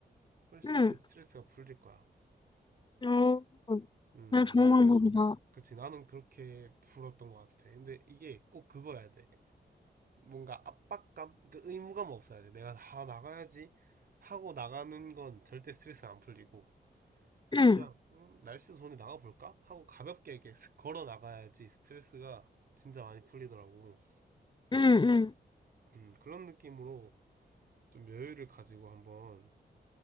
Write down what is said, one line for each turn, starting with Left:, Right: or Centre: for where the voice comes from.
Right: 훨씬
Left: 응.
Right: 스트레스가 풀릴 거야.
Left: 어,
Right: 음,
Left: 되게 좋은
Right: 나는,
Left: 방법이다.
Right: 그치, 나는 그렇게 풀었던 것 같아. 근데 이게 꼭 그거야 돼. 뭔가 압박감? 그 의무감 없어야 돼. 내가 다 나가야지 하고 나가는 건 절대 스트레스 안 풀리고,
Left: 응,
Right: 그냥, 음, 날씨 좋은데 나가볼까? 하고 가볍게 이렇게 슥 걸어 나가야지 스트레스가 진짜 많이 풀리더라고.
Left: 응, 응.
Right: 음, 그런 느낌으로 좀 여유를 가지고 한번